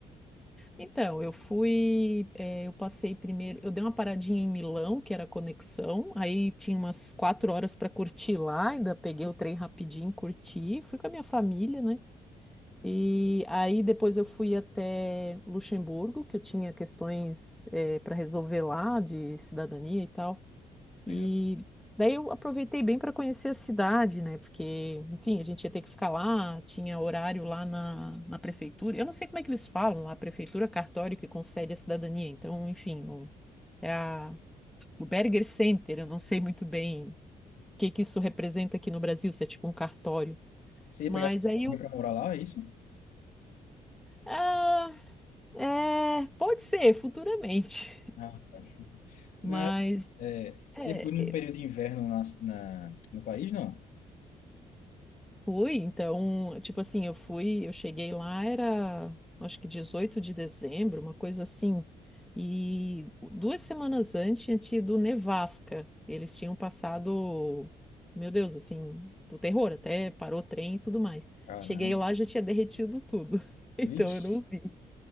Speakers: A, in the centre; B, on the left.
A: Então, eu fui, eh, eu passei primeiro, eu dei uma paradinha em Milão, que era a conexão, aí tinha umas quatro horas para curtir lá, ainda peguei o trem rapidinho, curti, fui com a minha família, né? E aí depois eu fui até Luxemburgo, que eu tinha questões, para resolver lá de cidadania e tal.
B: Legal.
A: E daí eu aproveitei bem para conhecer a cidade, né? Porque, enfim, a gente ia ter que ficar lá, tinha horário lá na, na prefeitura. Eu não sei como é que eles falam lá, prefeitura, cartório que concede a cidadania. Então, enfim, não- é a, o Berger Center, eu não sei muito bem o que que isso representa aqui no Brasil, se é tipo um cartório.
B: Você ia
A: Mas
B: pegar essa companhia
A: aí eu.
B: para morar lá, é isso?
A: Ah, é, pode ser, futuramente.
B: Ah, tá.
A: <laughs> Mas.
B: Não, é, você
A: é,
B: foi num período de inverno na, na- no país, não?
A: Fui, então, tipo assim, eu fui, eu cheguei lá, era acho que 18 de dezembro, uma coisa assim. E duas semanas antes tinha tido nevasca. Eles tinham passado, meu Deus, assim, do terror, até parou o trem e tudo mais.
B: Caramba.
A: Cheguei lá, já tinha derretido tudo. <laughs> Então
B: Vixe.
A: eu não vi.